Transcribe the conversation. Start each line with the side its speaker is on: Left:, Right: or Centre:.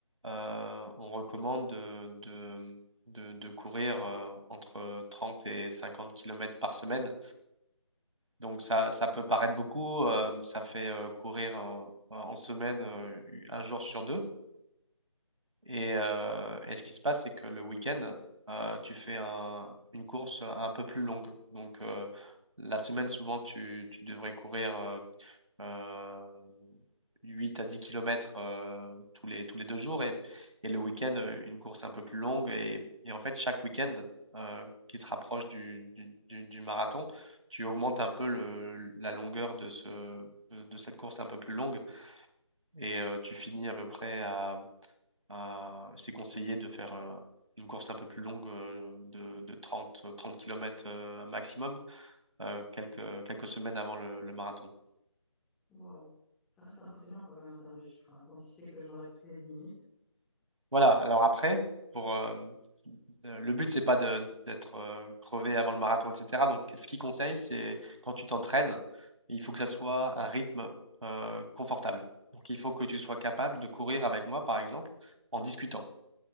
Right: euh, on recommande de, de- de- de courir euh, entre 30 et 50 kilomètres par semaine. Donc ça, ça peut paraître beaucoup, euh, ça fait euh, courir en, en semaine euh, un jour sur deux. Et, euh, et ce qui se passe, c'est que le week-end, euh, tu fais un- une course un peu plus longue. Donc euh, la semaine, souvent, tu, tu devrais courir euh, euh, 8 à 10 kilomètres euh, tous les, tous les deux jours et, et le week-end, euh, une course un peu plus longue. Et, et en fait, chaque week-end euh, qui se rapproche du, du- du- du marathon, tu augmentes un peu le, la longueur de, ce, de, de cette course un peu plus longue et euh, tu finis à peu près à, à- C'est conseillé de faire euh, une course un peu plus longue euh, de, de trente trente kilomètres euh, maximum euh, quelques, quelques semaines avant le le marathon.
Centre: Waouh. Ça reste impressionnant quand même en termes de chiffres. hein. Quand tu sais que je m'arrête toutes les dix minutes.
Right: Voilà, alors après, pour, euh, euh, le but, c'est pas de- d'être euh, crevé avant le marathon, etc. Donc, ce qu'il conseille, c'est quand tu t'entraînes, il faut que ça soit un rythme euh, confortable. Donc, il faut que tu sois capable de courir avec moi, par exemple, en discutant